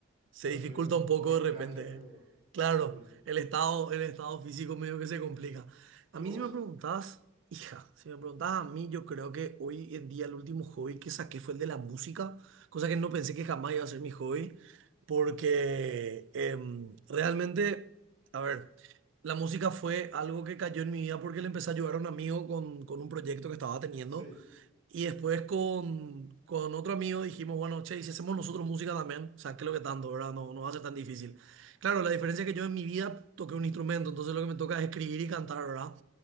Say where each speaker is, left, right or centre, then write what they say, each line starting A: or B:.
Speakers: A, on the right; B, on the right.
A: se
B: no
A: dificulta
B: soy el mejor
A: un poco
B: jugador en
A: de
B: cancha,
A: repente.
B: pero
A: Claro,
B: sí.
A: el estado, el estado físico medio que se complica. A
B: ¿Y
A: mí
B: vos?
A: si me preguntás, hija, si me preguntás a mí, yo creo que hoy en día el último hobby que saqué fue el de la música, cosa que no pensé que jamás iba a ser mi hobby, porque em, realmente, a ver, la música fue algo que cayó en mi vida porque le empecé a ayudar a un amigo con, con un proyecto que estaba teniendo.
B: Sí.
A: Y después con, con otro amigo dijimos, bueno, che, ¿y si hacemos nosotros música también? O sea, ¿qué es lo que tanto, verdad? No, no va a ser tan difícil. Claro, la diferencia es que yo en mi vida toqué un instrumento, entonces lo que me toca es escribir y cantar, ¿verdad?